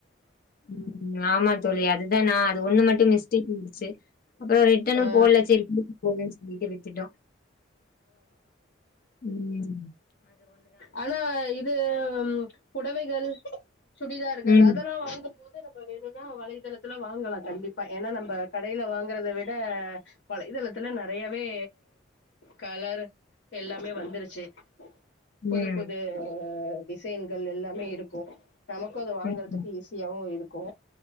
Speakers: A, on the left (about 50°); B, on the left (about 65°).
A: உம் ஆமா தோழி அது அது நா அது ஒன்னு மட்டு மிஸ்டேக் சேர் அப்றோ ரிட்டனு
B: ஆ
A: போடல சேரி <unintelligible> வீடு வித்துட்டோ உம்ஹ்
B: அலோ இது புடவைகள் சுடிதார்கள்
A: ம்
B: அதெல்லா வாங்க போது நம்ம வேணுனா வலைத்தளத்துல வாங்கலா கண்டிப்பா ஏனா நம்ப கடையில வாங்குறத விட வலைத்தளத்துல நெறையாவே கலர் எல்லாமே வந்துருச்சு புது
A: ம்
B: புது டிசைன்கள் எல்லாமே இருக்கு நமக்கு அத வாங்குறதுக்கு
A: ம்
B: ஈஸியாவு இருக்கு கோ